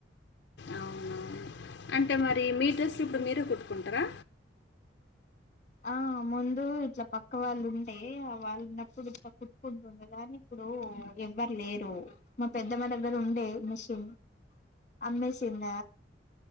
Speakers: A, on the left; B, on the left.
A: అవునా అంటే మరి మీ డ్రెస్ ఇప్పుడు మీరే కుట్టుకుంటారా
B: ఆ ముందు ఇట్లా పక్క వాళ్ళు ఉంటే ఆ వాళ్ళు ఉన్నప్పుడు ఇట్టా కుట్టుకుంటుండే కాని ఇప్పుడు ఎవ్వరు లేరు మా పెద్దమ్మ దగ్గర ఉండే మిషన్ అమ్మేసింద